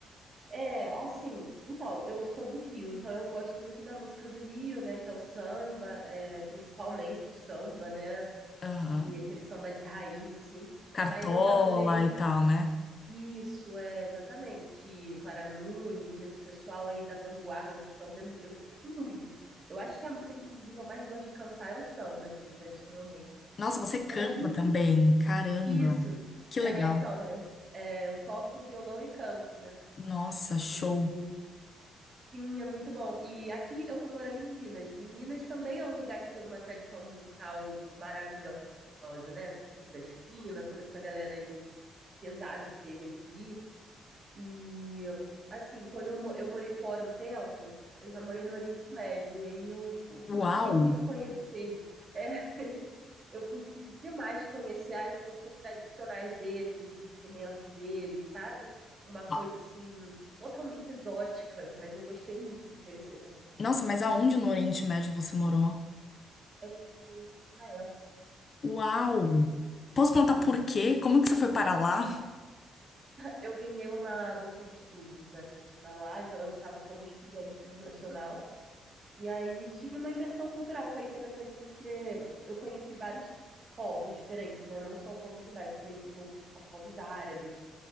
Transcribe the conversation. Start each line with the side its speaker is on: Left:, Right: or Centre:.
Right: É, assim, então, eu sou do Rio, então eu gosto muito da música do Rio, né, que é o samba, é, principalmente o samba, né,
Left: Aham.
Right: e aquele samba de raiz, assim,
Left: Cartola
Right: mas eu já morei,
Left: e tal, né?
Right: isso, é, exatamente, Clara Nunes, esse pessoal aí da vanguarda do samba, eu curto muito, assim. Eu acho que a música que, inclusive, eu mais gosto de cantar é o samba, assim, tradicionalmente.
Left: Nossa, você canta
Right: Mas aqui,
Left: também. Caramba,
Right: isso,
Left: que legal.
Right: é, então, é, é, eu toco violão e canto, né,
Left: Nossa, show.
Right: e... Sim, é muito bom. E aqui eu tô morando em Minas, e Minas também é um lugar que tem uma tradição musical maravilhosa, né? De Clube da Esquina, toda essa galera aí pesada que teve aqui. E assim, quando eu, mo- eu morei fora um tempo, eu já morei no Oriente Médio, e aí eu cu- curti
Left: Uau!
Right: muito conhecer. É, eu curti demais conhecer as músicas tradicionais deles, os instrumentos deles, sabe? Uma coisa
Left: Ah,
Right: assim totalmente exótica, mas eu gostei muito de conhecer também.
Left: Nossa, mas aonde no Oriente Médio você morou?
Right: Eu morei em Israel.
Left: Uau! Posso contar
Right: Sim.
Left: por quê? Como que você foi para lá?
Right: Eu ganhei uma bolsa de estudos, né, para estudar lá, então eu estava como estudante internacional. E aí tive uma imersão cultural, foi interessante porque eu conheci vários povos diferentes, né? Não só o povo judaico, conheci povos, povos árabes,